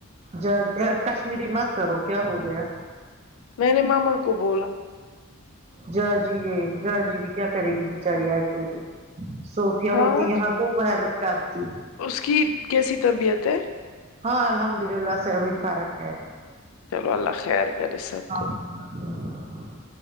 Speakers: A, on the right; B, on the left.
A: جا کشمیری مت کرو کیا ہو گیا
B: میں نے ماما کو بولا
A: جہ جی یہ جا جی بھی کیا کرے گی بچاری آ کے بھی صوفیا
B: ہاں
A: ہوتی یہاں تو وہ ہیلپ کرتی
B: اس کی کیسی طبیعت ہے
A: ہاں الحمد للہ سے ابھی فارق ہے
B: چلو اللہ خیر کرے سب
A: ہاں
B: کو
A: <unintelligible>